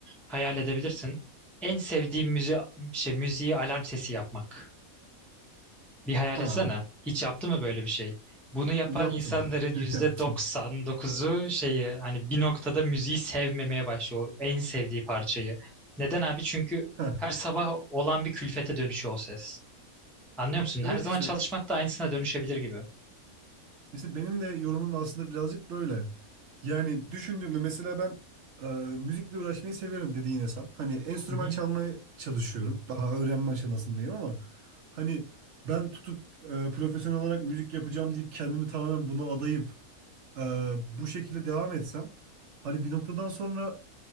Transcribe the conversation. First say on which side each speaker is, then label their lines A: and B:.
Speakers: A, in the centre; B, on the right.
A: hayal edebilirsin. En sevdiğim müzi şey müziği alarm sesi yapmak. Bir hayal
B: Ha,
A: etsene. Hiç yaptı mı böyle bir şey? Bunu yapan
B: yaptım.
A: insanların yüzde
B: <laughs> Yaptım.
A: doksan dokuzu şeyi hani bir noktada müziği sevmemeye başlıyor. o En sevdiği parçayı. Neden abi? Çünkü
B: <laughs>
A: her sabah olan bir külfete dönüşüyor o ses. Anlıyor musun? Her
B: Evet
A: zaman
B: işte.
A: çalışmak da aynısına dönüşebilir gibi.
B: mesela benim de yorumum aslında birazcık böyle. Yani düşündüğümde mesela ben e, müzikle uğraşmayı severim dediğin hesap. Hani enstrüman
A: Hı hı.
B: çalmaya çalışıyorum. Daha öğrenme aşamasındayım ama hani ben tutup e, profesyonel olarak müzik yapacağım deyip kendimi tamamen buna adayıp e, bu şekilde devam etsem hani bir noktadan sonra